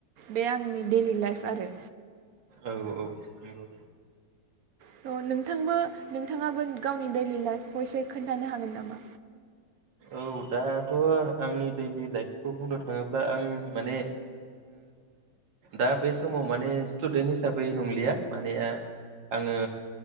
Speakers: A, on the right (about 65°); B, on the right (about 80°).
A: बे आंनि दैडलि लाइफ आरो
B: औ औ नोंगौ
A: थ' नोंथांबो‌ नोंथाङाबो गावनि दैलि लाइफखौ एसे खोन्थानो हागोन नामा?
B: औ दाथ' आंनि दैलि लाइफखौ बुंनो थाङोब्ला आं माने दा बे समाव माने स्टुदेन्ट हिसाबै नंलिया माने आङो